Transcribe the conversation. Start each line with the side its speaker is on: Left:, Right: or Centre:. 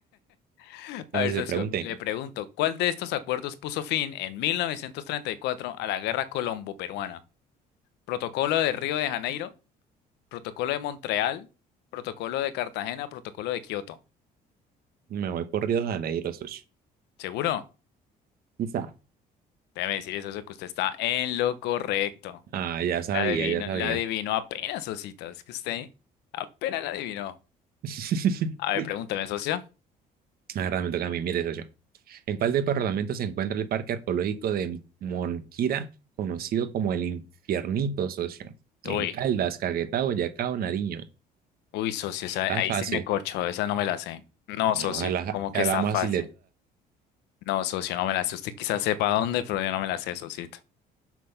Left: <laughs>
Right: Entonces
Left: A ver, socio,
Right: se pregunté,
Left: le pregunto, ¿cuál de estos acuerdos puso fin en 1934 a la Guerra Colombo-Peruana? ¿Protocolo de Río de Janeiro? ¿Protocolo de Montreal? ¿Protocolo de Cartagena? ¿Protocolo de Kioto?
Right: me voy por Río de Janeiro, socio.
Left: ¿Seguro?
Right: Quizá.
Left: Déjeme decir eso, eso que usted está en lo correcto.
Right: Ah, ya sabía,
Left: La adivino,
Right: ya sabía.
Left: la adivinó apenas, Osito. Es que usted apenas la adivinó.
Right: <laughs>
Left: A ver, pregúntame, socio.
Right: Ahora me toca a mí, mire, socio. ¿En cuál departamento se encuentra el Parque Arqueológico de Monquira, conocido como el Infiernito, socio? ¿En
Left: Uy,
Right: Caldas, Caquetá, Boyacá o Nariño?
Left: uy, socio, esa-
Right: Está
Left: ahí
Right: fácil.
Left: sí me corcho, esa no me la sé. No, socito,
Right: No, a la,
Left: como que
Right: a
Left: está
Right: la más
Left: fácil. No, socio, no me la sé. Usted quizás sepa dónde, pero yo no me la sé, socito.